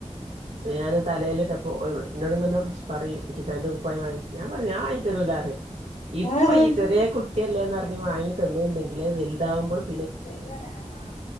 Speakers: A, on the right; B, on the left.
A: ണ് ഞാന് തലയിലിട്ട ഓ എന്നെടുങ്ങെന്ന്ന്ന് പറയും എനിക്ക് ഫാൻ്റെ കുപ്പായമായി ഞാൻ പറയും ഞാൻ വാങ്ങി തരൂല്ലാന്ന് ഇപ്പൊ
B: ആ
A: ഈ ചെറിയ കുട്ടിയല്ലേന്ന് ആയി തന്ന് ണ്ടെങ്കില് വലുതാകുമ്പോള്
B: ശരിയാണ് ആഹ്